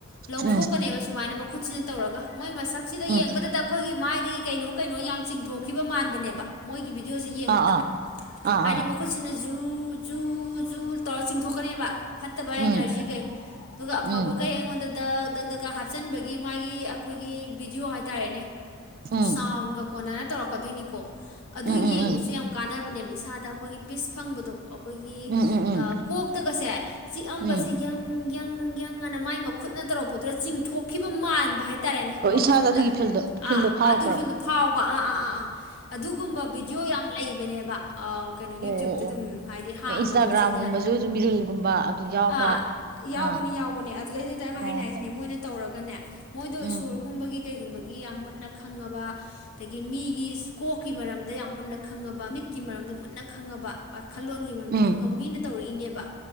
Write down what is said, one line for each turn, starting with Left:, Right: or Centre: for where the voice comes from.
Left: ꯂꯧꯊꯣꯛꯀꯅꯦꯕ
Right: ꯎꯝ
Left: ꯁꯨꯃꯥꯏꯅ ꯃꯈꯨꯠ ꯆꯠ ꯇꯧꯔꯒ ꯃꯣꯏ ꯃꯁꯛꯁꯤꯗ ꯌꯦꯡꯕꯗꯗ
Right: ꯎꯝ
Left: ꯑꯩꯈꯣꯏꯒꯤ ꯃꯥꯏ ꯑꯗꯒꯤ ꯀꯩꯅꯣ ꯀꯩꯅꯣ ꯌꯥꯝ ꯆꯤꯡꯊꯣꯛꯈꯤꯕ ꯃꯥꯟꯕꯅꯦꯕ ꯃꯣꯏꯒꯤ ꯚꯤꯗꯤꯑꯣꯁ ꯌꯦꯡꯕꯗ
Right: ꯑꯥ ꯑꯥ ꯑꯥ
Left: ꯍꯥꯏꯗꯤ
Right: ꯑꯥ
Left: ꯃꯈꯨꯠꯁꯤꯅꯁꯨꯨ ꯖꯨ ꯖꯨ ꯖꯨ ꯇꯧꯔ ꯆꯤꯡꯊꯣꯛꯀꯅꯦꯕ ꯐꯠꯇꯕ
Right: ꯎꯝ
Left: ꯏꯅꯔꯖꯤꯈꯩ ꯑꯗꯨꯒ ꯑꯐꯕꯈꯩ
Right: ꯎꯝ ꯎꯝ
Left: ꯑꯩꯉꯣꯟꯗ ꯗꯛ ꯗꯛ ꯗꯛꯀ ꯍꯥꯞꯆꯤꯟꯕꯒꯤ ꯃꯥꯏ ꯑꯩꯈꯣꯏꯒꯤ ꯚꯤꯗꯤꯑꯣ ꯍꯥꯏꯇꯥꯔꯦꯅꯦ
Right: ꯎꯝ
Left: ꯁꯥꯥꯎꯟꯒ ꯀꯣꯟꯅꯥꯅ ꯇ ꯀꯗꯣꯏꯅꯤꯀꯣ ꯑꯗꯨ
Right: ꯎꯝ
Left: ꯌꯦꯡꯕꯁꯨ
Right: ꯎꯝ
Left: ꯌꯥꯝ ꯀꯥꯟꯅꯕꯅꯦꯕ ꯏꯁꯥꯗ ꯑꯩꯈꯣꯏꯒꯤ ꯄꯤꯁ ꯐꯪꯕꯗꯣ ꯑꯩꯈꯣꯏꯒꯤ
Right: ꯎꯝ ꯎꯝ ꯎꯝ
Left: ꯀꯣꯛꯇꯒꯁꯦ ꯆꯤꯛꯑꯝꯕꯁꯦ
Right: ꯎꯝ
Left: ꯌꯪ ꯌꯪ ꯌꯪ ꯑꯅ ꯃꯥꯏ ꯃꯈꯨꯠꯅ ꯇꯧꯔꯛꯄꯗꯨꯗ ꯆꯤꯡꯊꯣꯛꯈꯤꯕ ꯃꯥꯟ ꯍꯥꯏꯇꯥꯔꯦꯅꯦ
Right: ꯑꯣ
Left: ꯋꯥꯈꯟꯗ
Right: ꯏꯁꯥꯗ ꯑꯗꯨꯒꯤ ꯐꯤꯜꯗꯣ
Left: ꯑꯥ
Right: ꯐꯤꯜꯗꯣ ꯐꯥꯎꯕ꯭ꯔꯕ
Left: ꯑꯥ ꯑꯗꯨꯁꯨ ꯑꯗꯨ ꯐꯥꯎꯕ ꯑꯥ ꯑꯥ ꯑꯥ ꯑꯥ ꯑꯗꯨꯒꯨꯝꯕ ꯕꯤꯗꯤꯑꯣ ꯌꯥꯝ ꯂꯩꯕꯅꯦꯕ ꯑ ꯀꯩꯅꯣ
Right: ꯑꯣ
Left: ꯌꯨꯇ꯭ꯌꯨꯕꯇ
Right: ꯑꯣ
Left: ꯑꯗꯨꯝ
Right: ꯑꯣ
Left: ꯍꯥꯏꯗꯤ ꯍꯥꯡꯕꯅꯦꯕ
Right: ꯑꯦ ꯏꯟꯁꯇꯥꯒ꯭ꯔꯥꯝꯒꯨꯝꯕꯁꯨ
Left: ꯆꯦꯟꯅꯦꯜ
Right: ꯑꯗꯨꯝ ꯔꯤꯜꯒꯨꯝꯕ ꯑꯗꯨ ꯌꯥꯎꯕ
Left: ꯑꯥ ꯌꯥꯎꯕꯅꯤ
Right: ꯑꯥ
Left: ꯌꯥꯎꯕꯅꯦ ꯑꯗꯨꯗꯩꯗꯨꯗ
Right: ꯑꯣ
Left: ꯑꯩꯅ ꯍꯥꯏꯁꯤꯅꯦ ꯃꯣꯏꯅ ꯇꯧꯔꯒꯅꯦ ꯗꯣ
Right: ꯎꯝ
Left: ꯏꯁꯣꯔꯒꯨꯝꯕꯒꯤ ꯒꯤ ꯀꯩꯒꯨꯝꯕꯒꯤ ꯌꯥꯝ ꯃꯨꯟꯅ ꯈꯪꯉꯕ ꯑꯗꯒꯤ ꯃꯤꯒꯤ ꯀꯣꯛꯀꯤ ꯃꯔꯝꯗ ꯌꯥꯝ ꯃꯨꯟꯅ ꯈꯪꯉꯕ ꯃꯤꯠꯀꯤ ꯃꯔꯝꯗ ꯃꯨꯟꯅ ꯈꯪꯉꯕ ꯋꯈꯜꯂꯣꯟꯒꯤ ꯃꯔꯝꯗ
Right: ꯎꯝ
Left: ꯈꯪꯉꯕ ꯃꯤꯅ ꯇꯧꯔꯛꯏꯅꯦꯕ